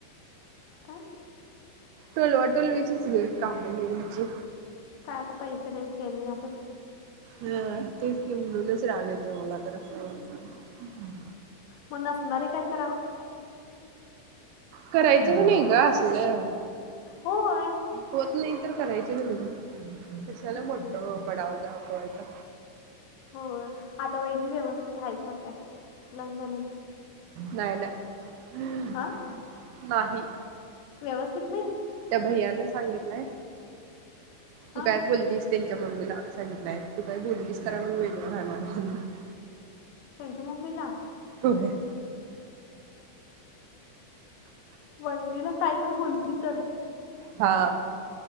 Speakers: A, on the left; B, on the right.
A: काय
B: टोलवाटोल विचीच ग काम ह्यानची
A: काय आता पैसे नाही तेे नाही असंच की
B: हा तेच की म्हणूनच राग येतो मला तर असल्या माणसांचा
A: म नसनारी काय करावं
B: करायचंच नाही ग असलं
A: होय
B: होत नाही तर करायच नाही कशाला
A: हम्म
B: मोठ बडाव दाखवायचा
A: होय आता वहिणी व्यवस्थित आहे तर काय लंग्न झालेली
B: नाय नाय ह
A: हा
B: नाही
A: व्यवस्थित नाही
B: त्या भैयाना सांगितलंय तू
A: हा
B: काय बोलीस त्यांच्या मम्मीला सांगितलंय तू काही बोललीस तर आम्ही वेगळं राहणार म्हणुन ह ह
A: त्यांच्या मम्मीला
B: होय
A: वहिणीला काय तर बोली तर
B: हा